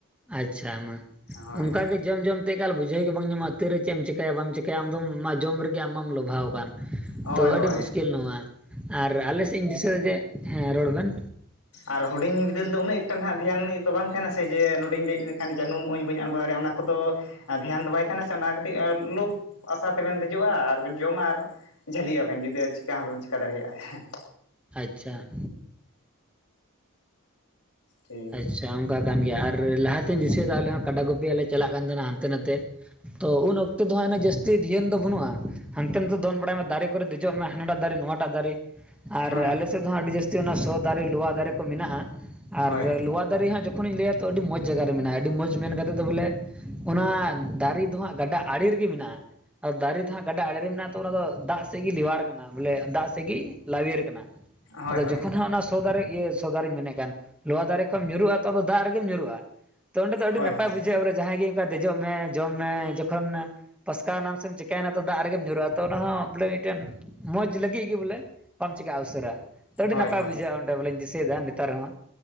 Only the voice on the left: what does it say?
ᱦᱳᱭ
ᱦᱳᱭ
ᱦᱳᱭ
ᱟᱨ ᱦᱩᱰᱤᱧ ᱵᱤᱫᱟᱹᱞ ᱫᱚ ᱩᱱᱟᱹᱜ ᱮᱠᱴᱟ ᱦᱟᱸᱜ ᱫᱷᱮᱭᱟᱱ ᱫᱚ ᱵᱟᱝ ᱛᱟᱦᱮᱱᱟ ᱥᱮ, ᱡᱮ ᱱᱚᱰᱮᱧ ᱫᱮᱡ ᱞᱮᱱᱟᱱ ᱡᱟᱱᱩᱢᱟᱹᱧ ᱵᱟᱹᱧ ᱟᱬᱜᱚ ᱫᱟᱲᱮᱭᱟᱜᱼᱟ᱾ ᱚᱱᱟ ᱠᱚᱫᱚ ᱫᱷᱮᱭᱟᱱ ᱫᱚ ᱵᱟᱭ ᱛᱟᱦᱮᱱᱟ ᱥᱮ ᱚᱱᱟ ᱠᱷᱟᱹᱴᱤᱡ ᱞᱳᱵᱽ ᱟᱥᱟ ᱛᱮᱵᱮᱱ ᱫᱮᱡᱚᱜᱼᱟ ᱟᱨ ᱵᱮᱮᱱ ᱡᱚᱢᱟ ᱟᱨ ᱡᱷᱟᱹᱞᱤᱜ ᱟᱵᱮᱱ ᱡᱩᱫᱤ ᱟᱨ ᱪᱤᱠᱟ ᱦᱚᱸᱵᱮᱱ ᱪᱤᱠᱟᱹ ᱫᱟᱲᱮᱭᱟᱜᱼᱟ᱾
ᱴᱷᱤᱠ
ᱦᱳᱭ
ᱦᱳᱭ
ᱦᱳᱭ
ᱦᱳᱭ
ᱦᱳᱭ
ᱦᱳᱭ
ᱦᱳᱭ
ᱦᱳᱭ